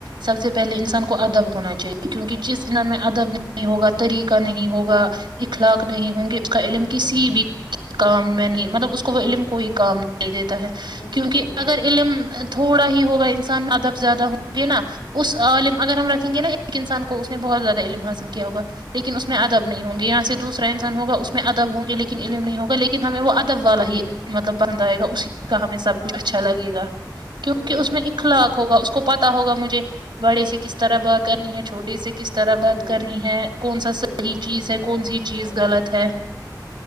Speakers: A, on the right (about 85°); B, on the left (about 85°).
A: سب سے پہلے انسان کو ادب ہونا چاہیے کیونکہ جس انان میں ادب نہیں ہوگا طریقہ نہیں ہوگا اخلاق نہیں ہ کا علم
B: وہ
A: کسی
B: کہاں
A: بھی کے کام میں نہیں مطلب اس کو وہ علم کوئی کام نہیں دیتا ہے
B: وہی
A: کیونکہ
B: تو میرا
A: اگر علم تھوڑا ہی ہوگا انسان ادب زیادہ ہوں گے نا اس علم اگر ہم رکھیں گے نا ایک انسان کو اس نے بہت زیادہ علم حاصل کیا ہوگا لیکن اس میں ادب نہیں ہوں گے یہاں سے دوسرا انسان ہوگا اس میں ادب ہوں گے لیکن علم نہیں ہوگا لیکن ہمیں وہ ادب والا ہی مطلب پسند آئے گا اس کا ہمیں سب
B: ہاں
A: کچھ اچھا لگے
B: بالکل
A: گا کیونکہ
B: صحیح
A: اس
B: بات
A: میں اخلاق
B: ہے صحیح بات
A: ہوگا اس کو پتتا ہوگا مجھے بڑے سے قس کس طرح بات کرنی ہے چھوٹے سے کس
B: ہے
A: طرح
B: بالکل
A: بات کرنی ہے کون سا صحیح
B: بالکل
A: چیز ہے
B: بات
A: کون سی چیز
B: ہاں
A: غلط ہے